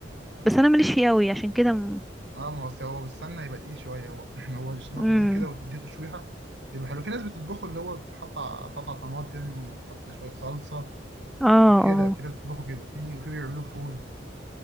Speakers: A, on the right (about 75°); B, in the centre.
A: طب-
B: بس انا ماليش فيه قوي عشان كده
A: بس-
B: م...
A: اه ما هو أصل هو بالسمنه يبقى تقيل شويه هو <clears throat> هو نقطه
B: مم.
A: زيت كده وتديه تشويحه بيبقى حلو في ناس بتطبخه اللي هو بتحط ع- قطع طماطم تحط شويه صلصه
B: اه
A: كده
B: اه
A: في ناس بتطبخه كده في وفي بيعملوه فول